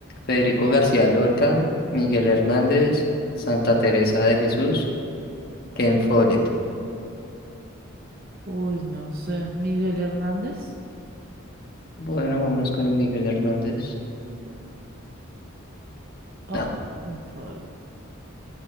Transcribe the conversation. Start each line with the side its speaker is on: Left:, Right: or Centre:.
Left: Federico García Lorca, Miguel Hernández, Santa Teresa de Jesús, Ken Follett.
Right: Uy, no sé. ¿Miguel Hernández?
Left: Bueno, vámonos con Miguel Hernández.
Right: Oh,
Left: No,
Right: un fallo.